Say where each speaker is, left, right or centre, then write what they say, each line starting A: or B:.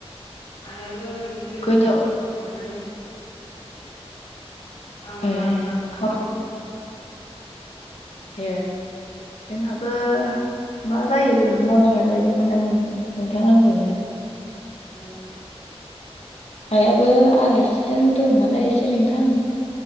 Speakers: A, on the left (about 55°); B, on the left (about 75°).
A: आइयाबो एसे
B: गोथाव
A: माबायाव दं। आलादा
B: ए
A: आलदा खामानि
B: खाम
A: मावदों
B: ए जोंहाबो मा जायो मावनांगोन बायदि मोनदां नोंथां आंखौनो
A: औ
B: आइयाबो आलासिजों दं नालाय एसे नोंथां